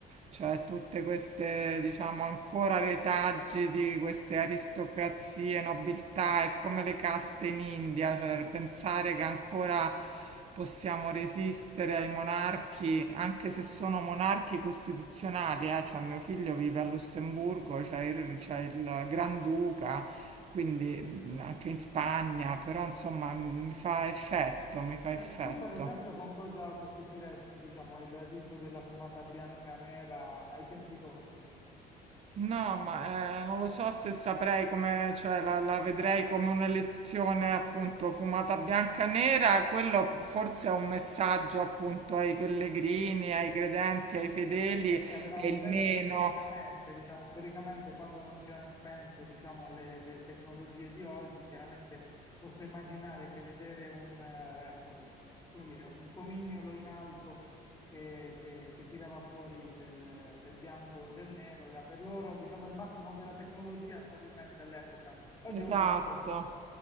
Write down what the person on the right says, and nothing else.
cioè tutte queste, diciamo, ancora retaggi di queste aristocrazie, nobiltà, è come le caste in India, cioè pensare che ancora possiamo resistere ai monarchi, anche se sono monarchi costituzionali, eh, cioè mio figlio vive a Lussemburgo, c'è il,
c'è il Granduca quindi mh, anche in Spagna, però insomma mi fa effetto, mi fa
effetto.
No, ma eh, non lo so se saprei come, cioè la, la vedrei come un'elezione appunto fumata bianca e nera, quello p- forse è un messaggio appunto ai pellegrini, ai credenti, ai fedeli,
è
il
meno.
Esatto,